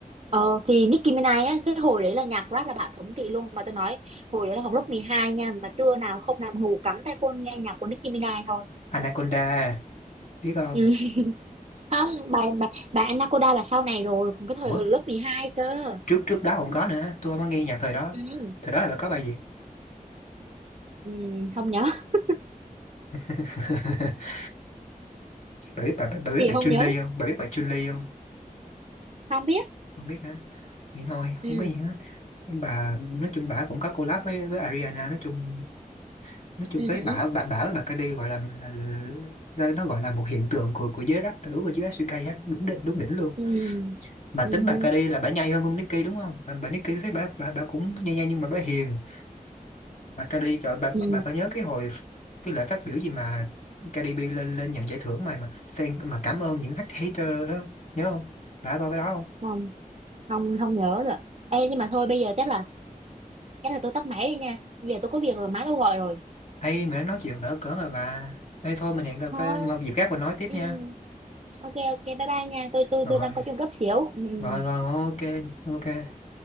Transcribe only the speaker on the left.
Anaconda biết không
Ủa,
trước trước đó không có nữa tôi không có nghe nhạc thời đó
thời đó là bà có bài gì
<laughs> bà biết bà, bà, bà biết
bà
Chun
Li không bà biết bà Chun Li không
không biết hả vậy thôi
không có gì hết bà nói chung bà cũng có collab với với Ariana nói chung nói chung
với
bà bà bà với bà Cardi gọi là, là, là nó gọi là một hiện tượng của của giới rap nữ và giới SK á đúng đỉnh đúng đỉnh luôn
mà
tính bà
Cardi là bà nhây hơn ông Nicki đúng không bà, bà Nicki thấy bà, bà bà cũng nhây nhây nhưng mà bà hiền mà Cardi trời bà
bà có nhớ cái hồi cái lễ phát biểu gì mà Cardi B lên lên nhận giải thưởng mà mà fan mà cảm ơn những hater đó không? nhớ không bà có coi cái đó không
Ê, mình nói chuyện đỡ cỡ mà bà. Ê, thôi mình hẹn cà
phê một dịp khác mình nói tiếp
nha.
Rồi,
rồi, rồi, ok, ok.